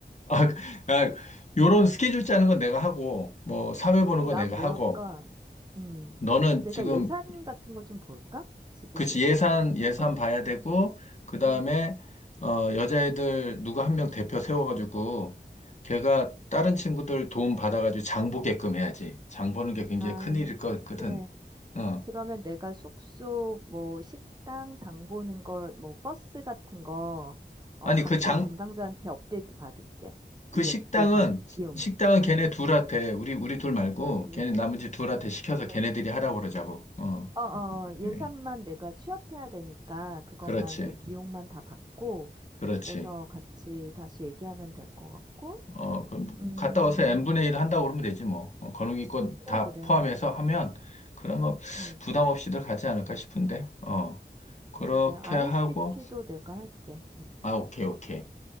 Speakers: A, on the left; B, on the right.
A: 아, 아, 요런 스케줄 짜는 건 내가 하고, 뭐 사회 보는
B: 그럼
A: 건
B: 난
A: 내가
B: 뭐
A: 하고,
B: 할까? 음,
A: 너는
B: 내가
A: 지금
B: 예산 같은 거 좀 볼까? 지금
A: 그치,
B: 얘기한
A: 예산,
B: 거 가지고.
A: 예산 봐야 되고, 그 다음에,
B: 음, 음, 음.
A: 어, 여자애들 누구 한 명 대표 세워가지고, 걔가 다른 친구들 도움 받아가지고 장 보게끔 해야지. 장 보는 게 굉장히
B: 아,
A: 큰일일 거거든.
B: 그래.
A: 어.
B: 그러면 내가 숙소, 뭐 식당 장 보는 거, 뭐 버스 같은 거, 어,
A: 아니,
B: 각자
A: 그 장,
B: 담당자한테 업데이트 받을게.
A: 그
B: 이
A: 식당은,
B: 예, 예산, 비용을.
A: 식당은 걔네
B: 응, 응
A: 둘한테, 우리, 우리 둘 말고,
B: 응
A: 걔네
B: 응
A: 나머지 둘한테 시켜서
B: 그래.
A: 걔네들이 하라고 그러자고. 어.
B: 어, 어, 예산만
A: 예.
B: 내가 취합해야 되니까 그것만
A: 그렇지,
B: 좀 비용만 다 받고
A: 그렇지.
B: 그래서 같이 다시 얘기하면 될 것 같고
A: 어, 그럼
B: 음
A: 갔다 와서 n분의 1 한다고 그러면 되지 뭐. 어, 거누기권
B: 그래
A: 다
B: 그래
A: 포함해서 하면 그러면
B: 음
A: 부담 없이들 가지 않을까 싶은데. 어,
B: 그래
A: 그렇게
B: 그래 r
A: 하고
B: s p p 도 내가 할게
A: 아, 오케이, 오케이.